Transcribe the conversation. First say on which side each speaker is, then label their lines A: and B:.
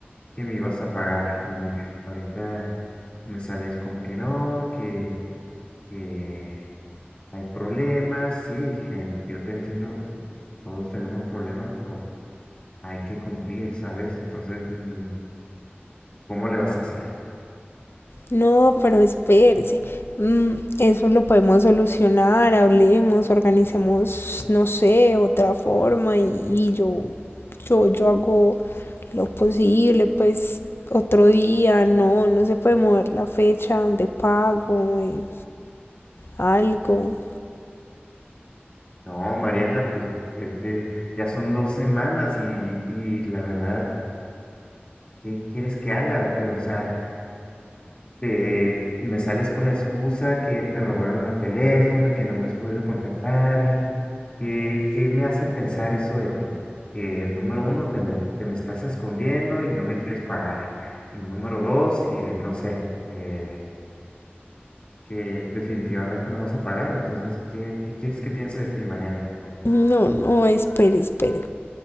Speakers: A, on the left (about 30°); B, on the left (about 70°).
A: que me ibas a pagar. Y mira, ahorita me sales con que no, que que hay problemas, sí, en- yo te entiendo, todos tenemos problemas, pero hay que cumplir, ¿sabes? Entonces, mm, ¿cómo le vas a hacer?
B: No, pero espérese. Mm, Eso lo podemos solucionar, hablemos, organicemos, no sé, otra forma y, y yo, yo, yo hago lo posible, pues otro día, no, no se puede mover la fecha de pago, eh, algo.
A: No, Mariana, pues es que ya son dos semanas y, y la verdad, ¿qué quieres que haga? Te- O sea, te, me sales con la excusa que te robaron el teléfono y que no me has podido contactar. ¿Qué, qué me hace pensar eso de ti? Que número uno, te me, que me estás escondiendo y no me quieres pagar. Y número dos, y, eh, no sé, eh, que definitivamente no vas a pagar. Entonces, ¿qué, qué quieres que piense de ti, Mariana?
B: No, no, espere, espere.